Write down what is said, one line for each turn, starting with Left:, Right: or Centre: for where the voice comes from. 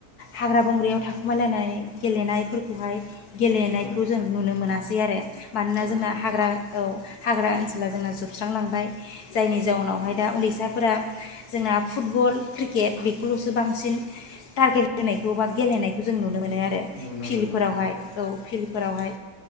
Left: हाग्रा बंग्रायाव थाखुमालायनानै गेलेनायफोरखौहाय गेलेनायखौ
Right: औ
Left: जों नुनो मोना बे आरो मानोना
Right: मोनासै
Left: जोंना हाग्रा औ हाग्रा ओनसोला जोंना जोबस्रांलांबाय जायनि जाउनावहाय दा उन्दैसाफोरा जोंना फुटबल क्रिकेट बे बेल'सो बांसिन टारगेट होनायखौ बा गेलेनायखौ जों नुनो मोनो आरो
Right: नुनो
Left: फिल्डफोरावहाय
Right: मोनो उम,
Left: औ फिल्ड फोरावहाय